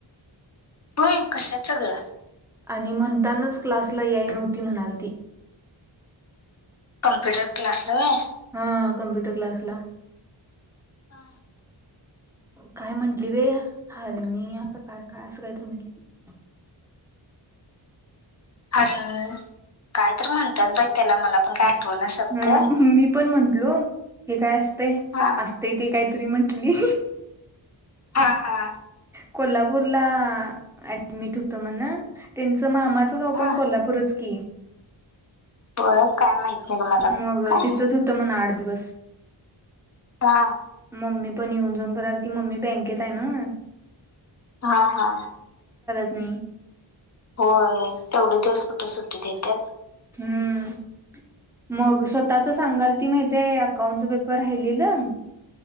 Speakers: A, on the left; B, in the centre.
A: होय कशाच ग
B: आणि म्हणतानाच क्लासला याई नव्हती म्हणालती
A: कंम्प्युटर क्लासला व्हय
B: हा कम्प्युटर क्लासला
A: हा
B: काय म्हंटली बे हारणी काय काय असं काहीतरी म्हटली
A: अर काय तर म्हणत्यात बाई त्याला मला पण काय आठवना शब्द
B: हूं मी पण म्हण हलो हे काय अस ते
A: हा
B: असते ते काही री म्हंटली
A: हा हा!
B: कोल्हापूरला ऍडमिट होत म्हण त्यांच मामाचं गाव
A: हा
B: पण कोल्हापूरच की.
A: होय काय माहित नाही ग मला
B: मग
A: काय
B: तिथंच होतं म्हण आठ दिवस
A: हा!
B: मम्मी पण येऊन जाऊन करालती मम्मी बँकेत आहे ना.
A: हा हा!
B: हूं!
A: होय तेवढे दिवस कुठे सुट्टी देत्यात.
B: हूं! मग स्वतःच सांगालती माहिती आहे अकाउंटच पेपर राहिलेलं